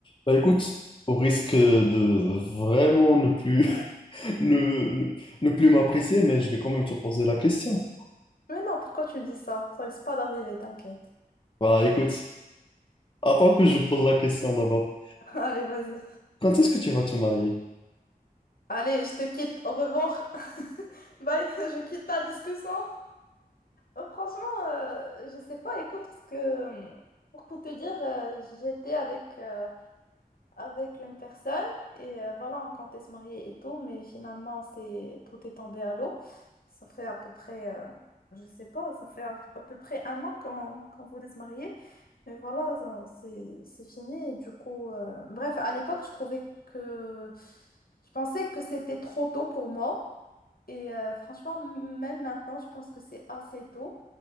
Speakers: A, on the left; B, on the left.
A: Bah écoute, au risque de vraiment ne plus, <laughs> ne, ne- ne plus m'apprécier, mais je vais quand même te poser la question.
B: Mais non, pourquoi tu dis ça? Ça risque pas d'arriver, t'inquiète.
A: Bah écoute, attends que je pose la question d'abord.
B: <laughs> Allez, vas-y.
A: Quand est-ce que tu vas te marier?
B: Allez, je te quitte. Au revoir. <laughs> Bye, <laughs> je quitte la discussion. Euh, Franchement, euh, je sais pas, écoute, parce que euh, pour tout te dire, euh, j'étais avec euh, avec une personne et euh, voilà, on comptait se marier et tout, mais finalement, c'est tout est tombé à l'eau. Ça fait à peu près, euh, je sais pas, ça fait à, à peu près un an qu'on qu'on voulait se marier, mais voilà, ça- c'est c'est fini. Et du coup, euh, bref, à l'époque, je trouvais que je pensais que c'était trop tôt pour moi. Et euh, franchement, m- même maintenant, je pense que c'est assez tôt.